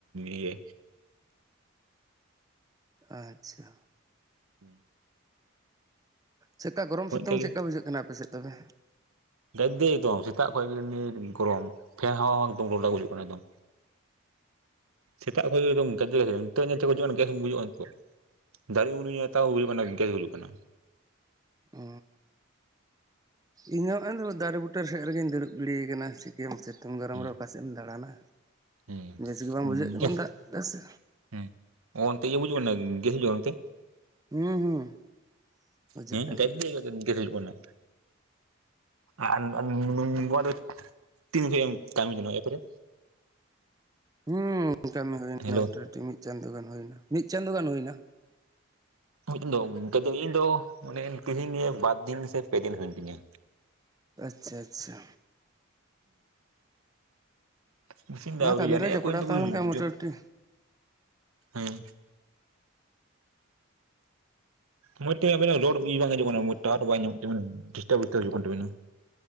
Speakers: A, on the right (about 85°); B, on the right (about 15°).
A: ᱤᱭᱟᱹ
B: ᱟᱪᱪᱷᱟ
A: ᱦᱩᱸ
B: ᱪᱮᱫᱠᱟ ᱜᱚᱨᱚᱢ ᱥᱤᱛᱩᱝ
A: ᱦᱚᱸ ᱤᱱᱠᱟᱹ
B: ᱪᱮᱫ
A: ᱜᱮ
B: ᱞᱮᱠᱟ ᱵᱩᱡᱷᱟᱹᱜ ᱠᱟᱱᱟ ᱟᱯᱮ ᱥᱮᱫ ᱛᱚᱵᱮ
A: ᱜᱟᱡᱮ ᱮᱠᱫᱚᱢ ᱥᱮᱛᱟᱜ ᱠᱷᱚᱱ ᱜᱮ ᱜᱚᱨᱚᱢ ᱯᱷᱮᱱ ᱦᱟᱣᱟ ᱦᱚᱸ ᱜᱩᱨᱞᱟᱹᱣ ᱜᱩᱡᱩᱜ ᱠᱟᱱᱟ ᱮᱠᱫᱚᱢ ᱥᱮᱛᱟᱜ ᱠᱷᱚᱱ ᱠᱮᱫᱚᱢ ᱜᱮ ᱜᱟᱡᱮ ᱜᱮᱡᱮᱨᱟ ᱪᱮᱫ ᱜᱚᱡᱩᱜᱼᱟ ᱵᱮᱥ ᱵᱩᱡᱩᱜᱼᱟ ᱛᱚ ᱫᱟᱨᱮ ᱩᱹᱧ ᱤᱧ ᱦᱟᱛᱟᱣ ᱦᱩᱭ ᱠᱟᱱᱟ ᱚᱱᱟ ᱤᱱᱠᱟᱹ ᱜᱮ ᱜᱩᱡᱩᱜ ᱠᱟᱱᱟ
B: ᱚ ᱤᱧ ᱦᱚ ᱱᱚᱜ ᱚᱭ ᱫᱟᱨᱮ ᱵᱩᱴᱟᱹᱨᱮ ᱥᱮᱫ ᱨᱮᱜᱤᱧ ᱫᱩᱲᱩᱵ ᱜᱤᱲᱤ ᱠᱟᱱᱟ ᱪᱤᱠᱟᱹᱭᱟᱢ ᱥᱤᱛᱩᱝ ᱜᱚᱨᱚᱢ
A: ᱦᱩᱸ
B: ᱨᱮ ᱚᱠᱟᱥᱮᱫ ᱮᱢ ᱫᱟᱲᱟᱱᱟ
A: ᱦᱩᱸ
B: ᱵᱮᱥ ᱜᱮ ᱵᱟᱝ ᱵᱩᱡᱷᱟᱹᱜ
A: ᱜᱮᱥ
B: ᱠᱟᱱᱟ ᱫᱟᱜ ᱛᱮ ᱥᱮ
A: ᱦᱮᱸ ᱚᱱᱛᱮ ᱜᱮ ᱤᱭᱟᱹ ᱵᱩᱡᱷᱟᱹᱣ ᱠᱟᱱᱟ ᱾ ᱜᱮᱥ ᱦᱤᱡᱩᱜᱼᱟ ᱚᱱᱛᱮ
B: ᱦᱩᱸ ᱦᱩᱸ ᱵᱩᱡᱷᱟᱹᱜ
A: ᱦᱮᱸ
B: ᱠᱟᱱ
A: ᱜᱟᱡᱮ
B: ᱜᱮᱭᱟ
A: ᱜᱟᱡᱮ ᱤᱱᱠᱟᱹ ᱦᱩᱭᱩᱜ ᱠᱟᱱᱟ ᱟᱨ ᱱᱚᱣᱟ ᱫᱚ ᱛᱤᱱ ᱜᱷᱟᱹᱲᱤᱠᱼᱮᱢ ᱠᱟᱹᱢᱤ ᱠᱟᱱᱟ ᱮᱨ ᱯᱚᱨᱮ
B: ᱦᱩᱸ ᱠᱟᱹᱢᱤ ᱦᱩᱭᱱᱟ
A: ᱦᱮᱞᱳ
B: ᱢᱚᱴᱟᱢᱩᱴᱤ ᱢᱤᱫ ᱪᱟᱸᱫᱳ ᱜᱟᱱ ᱦᱩᱭᱱᱟ ᱾ ᱢᱤᱫ ᱪᱟᱸᱫᱳ ᱜᱟᱱ ᱦᱩᱭᱱᱟ?
A: <unintelligible> ᱤᱧ ᱫᱚ ᱚᱱᱮ ᱛᱮᱦᱮᱧ ᱱᱤᱭᱮ ᱵᱟᱨ ᱫᱤᱱ ᱥᱮ ᱯᱮ ᱫᱤᱱ ᱦᱩᱭᱮᱱ ᱛᱤᱧᱟᱹ
B: ᱟᱪᱪᱷᱟ ᱟᱪᱪᱷᱟ
A: ᱚᱸ ᱤᱥᱤᱱ ᱫᱚ
B: ᱱᱚᱣᱟ
A: ᱟᱹᱣᱨᱤ
B: ᱠᱟᱹᱢᱤᱨᱮ
A: ᱡᱟᱱᱤᱡ
B: ᱡᱚᱯᱲᱟᱣ
A: ᱚᱠᱟᱭ ᱫᱚ
B: ᱛᱟᱦᱮᱸ ᱞᱮᱱᱠᱷᱟᱱ ᱢᱚᱴᱟᱢᱩᱴᱤ
A: ᱡᱚᱜ ᱦᱮᱸ ᱢᱚᱸᱡᱽ ᱛᱮ ᱟᱵᱮᱱᱟᱜ ᱨᱚᱲ ᱤᱭᱟᱹ ᱵᱟᱝ ᱟᱡᱚᱢᱚᱜ
B: ᱱᱟᱯᱟᱭ
A: ᱦᱤᱡᱩᱜ ᱠᱟᱱᱟ ᱴᱟᱳᱣᱟᱨ ᱵᱟᱭ ᱧᱟᱢ ᱮᱫ ᱛᱟᱹᱵᱤᱱᱟ ᱰᱤᱥᱴᱟᱯ ᱮᱫ ᱛᱟᱹᱵᱤᱱᱟᱭ